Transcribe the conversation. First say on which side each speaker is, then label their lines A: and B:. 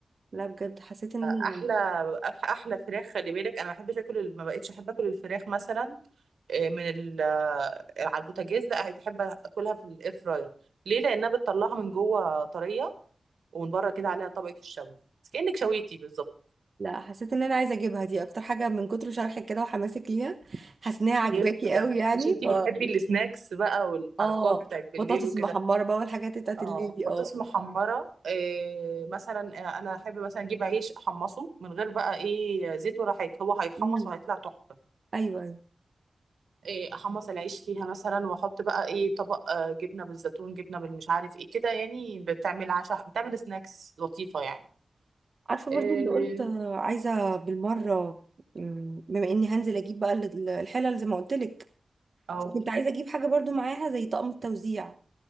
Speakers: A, on the right; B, on the right.
A: لا بجد حسيت ان انا
B: احلى
A: يعني
B: أح- احلى فراخ خلي بالك انا ما بحبش اكل ال- ما بقتش احب اكل الفراخ مثلا آه، من ال آه، على البوتاجاز لا بحب اكلها في الاير فراير ليه لانها بتطلعها من جوه طريه ومن بره كده عليها طبقة الشوي بس كأنك شويتي بالظبط
A: لا حسيت ان انا عايزه اجيبها دي اكتر حاجه من كتر شرحك كده وحماسك ليها حاسه انها عجباكي
B: غير كده
A: قوي يعني
B: مش انتي
A: ف
B: بتحبي السناكس بقى والحركات
A: اه
B: بتاعت بالليل
A: بطاطس
B: وكده
A: محمره بقى والحاجات بتاعت
B: اه
A: الليل دي
B: بطاطس
A: اه
B: محمرة إيه مثلا آه، انا احب مثلا اجيب عيش احمصه من غير بقى ايه زيت ولا حاجة هو هيتحمص
A: امم
B: وهيطلع تحفة
A: ايوه ايوه
B: إيه احمص العيش فيها مثلا واحط بقى ايه طبق آه، جبنة بالزيتون جبنة بالمش عارف ايه كده يعني بتعمل عشاء بتعمل سناكس لطيفة يعني
A: عارفه
B: إيه
A: برضو اللي قلت آه، عايزه بالمره مم، بما اني هنزل اجيب بقى ال- الحلل زي ما قلت لك
B: اه
A: كنت عايزه اجيب حاجه برضو معاها زي طقم التوزيع